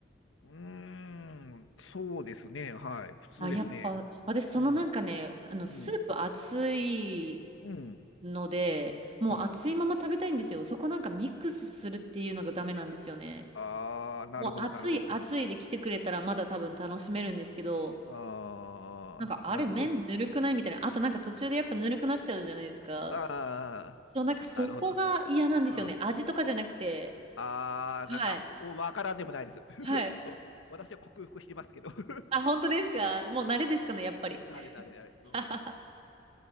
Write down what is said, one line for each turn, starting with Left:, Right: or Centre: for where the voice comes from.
Left: うーん。そうですね。はい。普通ですね。
Right: あ、やっぱ、私そのなんかね、
Left: うん。
Right: あの、スープ熱い
Left: うん。うん。
Right: ので、もう熱いまま食べたいんですよ。
Left: うん。
Right: そこなんかミックスするっていうのがダメなんですよね。
Left: ああ、なるほど、
Right: もう熱い熱いで来てくれたらまだ多分楽しめるんですけど、
Left: なるほど。ああ、
Right: なんかあれ麺ぬるくないみたいな。
Left: なるほど。
Right: あとなんか途中でやっぱぬるくなっちゃうじゃないですか。
Left: ああ、
Right: そう、なんかそこが嫌なんですよね。
Left: なるほど。うん。
Right: 味とかじゃなくて。
Left: ああ、
Right: はい。
Left: なんか、おわからんでもないです。<laughs>
Right: はい。
Left: 私は克服してますけど。<laughs>
Right: あ、本当ですかもう慣れですかね、やっぱり。
Left: うん、<laughs> なれなれなれ。うん。
Right: <laughs>